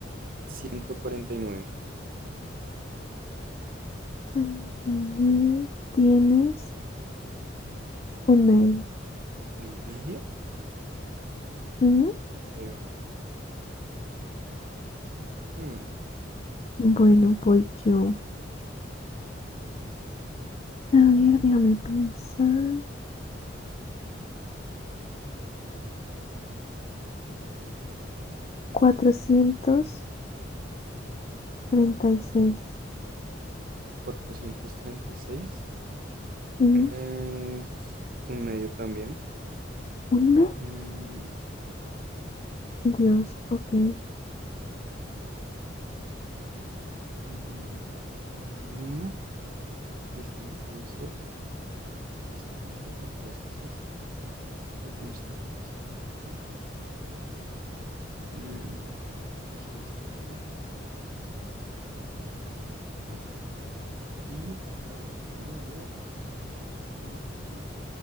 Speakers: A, on the right; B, on the left.
A: ciento cuarenta y nueve
B: Cuarenta y nueve tienes un medio.
A: ¿Un medio?
B: Ujú.
A: Creo. Hmm,
B: Bueno, voy yo. A ver, déjame pensar. Cuatrocientos treinta y seis.
A: 436.
B: Ujú,
A: ¿Quién es un medio también?
B: Un medio.
A: Mm, sí.
B: Dios,
A: pues,
B: ok.
A: este, Mm, y acá solo hay uno. Y este no puede ser. Y este tampoco. Entonces es este. Pero como este, entonces este va acá. Mm, y si este va acá. si No puede ir acá ni acá. Entonces este va acá. Y acá voy a poner el. No es, esto no es.